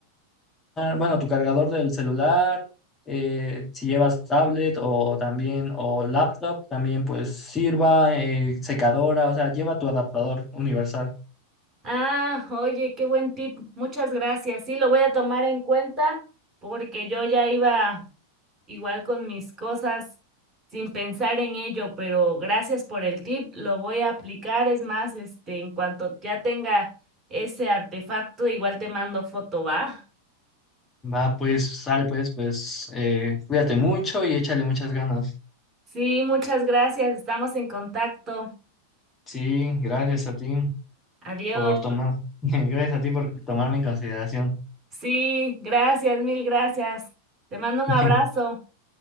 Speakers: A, on the left; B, on the right.
A: bueno, tu cargador del celular, eh, si llevas tablet o también o laptop, también pues sirva, eh, secadora, o sea, lleva tu adaptador universal.
B: Ah, oye, qué buen tip. Muchas gracias. Sí, lo voy a tomar en cuenta porque yo ya iba igual con mis cosas sin pensar en ello, pero gracias por el tip. Lo voy a aplicar. Es más, este, en cuanto ya tenga ese artefacto, igual te mando foto, ¿va?
A: Va, pues, sale pues, pues, eh, cuídate mucho y échale muchas ganas.
B: Sí, muchas gracias. Estamos en contacto.
A: Sí, gracias a ti
B: Adiós.
A: por tomar, <laughs> gracias a ti por tomarme en consideración.
B: Sí, gracias, mil gracias. Te mando un
A: <laughs>
B: abrazo.